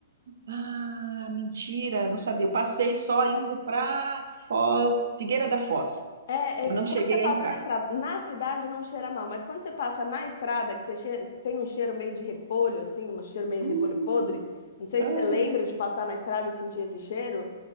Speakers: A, on the right; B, on the left.
A: Ah, mentira, não sabia. Eu passei só indo para Foz, Figueira da Foz.
B: É,
A: Eu
B: é, se-
A: não
B: quando
A: cheguei
B: você passa
A: a entrar.
B: na estrada, na cidade não cheira mal, mas quando você passa na estrada, que você che- tem um cheiro meio de repolho, assim, um cheiro meio
A: Hum,
B: de repolho podre, não sei
A: ai,
B: se você lembra de passar na estrada e sentir esse cheiro,